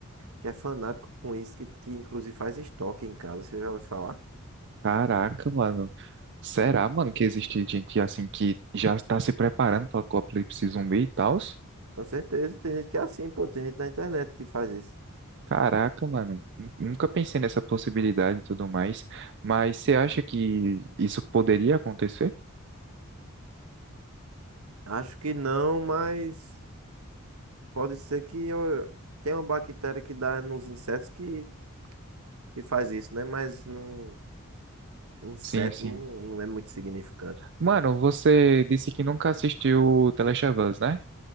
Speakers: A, on the right; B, on the right.
A: que é fanático com isso, que que inclusive faz estoque em casa, você já ouviu falar?
B: Caraca, mano. Será, mano, que existe gente assim que já está se preparando para o apocalipse zumbi e tal?
A: Com certeza, tem gente que é assim, pô, tem gente na internet que faz isso.
B: Caraca, mano. nu- Nunca pensei nessa possibilidade e tudo mais. Mas você acha que isso poderia acontecer?
A: Acho que não, mas Pode ser que eu tenha uma bactéria que dá nos insetos que, que faz isso, né? Mas não, inseto
B: Sim, sim.
A: não, não é muito significante.
B: Mano, você disse que nunca assistiu Telechavas, né?